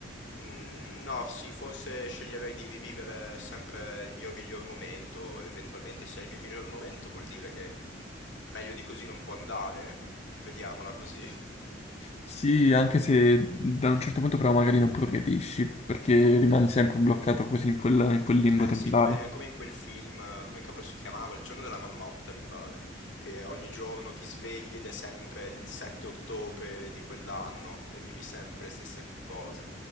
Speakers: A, on the left; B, on the left.
A: Mm, no, sì, forse sceglierei di rivivere sempre il mio miglior momento. Eventualmente, se è il mio miglior momento, vuol dire che meglio di così non può andare. Vediamola così. <laughs>
B: Sì, anche se mhmm, da un certo punto però magari non progredisci perché rimani sempre bloccato così in quel, in quel limbo
A: Eh
B: temporale.
A: sì, come, come in quel film, eh, come cavolo si chiamava? Il giorno della marmotta, mi pare, che ogni giorno ti svegli ed è sempre il 7 ottobre di quell'anno e vivi sempre le stesse cose.